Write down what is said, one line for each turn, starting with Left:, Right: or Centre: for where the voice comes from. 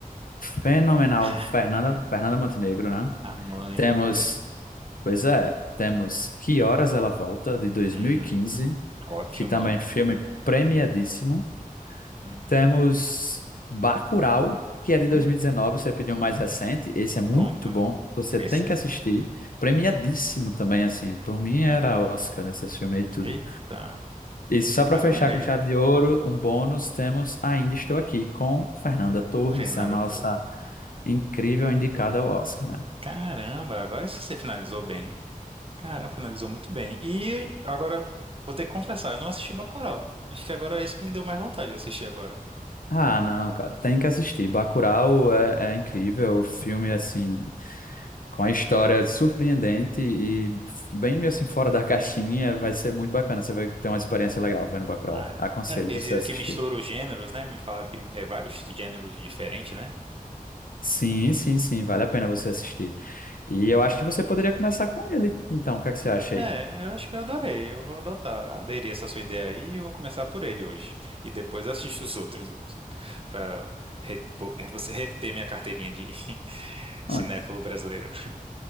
Left: fenomenal
Right: <laughs>
Left: Fernanda, Fernanda Montenegro, né?
Right: a mãe.
Left: Temos,
Right: É.
Left: pois é, temos Que Horas Ela Volta, de dois
Right: Hum,
Left: mil e quinze,
Right: ótimo,
Left: que também
Right: filmão.
Left: é filme premiadíssimo.
Right: Uhum.
Left: Temos Bacurau, que é de
Right: Hum,
Left: 2019, você pediu um mais recente. Esse é muito
Right: pronto.
Left: bom, você
Right: Esse
Left: tem que
Right: é.
Left: assistir. Premiadíssimo também, assim. Por mim era Oscar, né? Esse filme e tudo.
Right: Eita,
Left: E só para
Right: adorei.
Left: fechar com chave de ouro, um bônus, temos Ainda Estou Aqui com Fernanda Torres,
Right: Fernanda,
Left: a nossa
Right: tô.
Left: incrível indicada ao Oscar, né?
Right: Caramba, agora você finalizou bem. Caramba, finalizou muito bem. E agora, vou ter que confessar, eu não assisti Bacurau. Acho que agora é isso que me deu mais vontade de assistir agora.
Left: Ah, não, cara, tem que assistir. Bacurau é, é incrível, o filme, assim, com a história surpreendente e bem assim fora da <laughs> caixinha, vai ser muito bacana. Você vai ter uma experiência legal vendo Bacurau.
Right: Ah, é.
Left: Aconselho
Right: É, Eles
Left: você
Right: dizem
Left: a assistir.
Right: que mistura os gêneros, né? Me falaram que é vários gêneros diferentes, né?
Left: Sim, sim, sim, vale a pena você assistir. E eu acho que você poderia começar com ele, então, o que é que você acha aí?
Right: É, eu acho que eu adorei. Eu vou adotar, aderir essa sua ideia aí e vou começar por ele hoje. E depois assisto os outros dois, pra repo- você reter minha carteirinha de <laughs> cinéfilo
Left: Mano,
Right: brasileiro.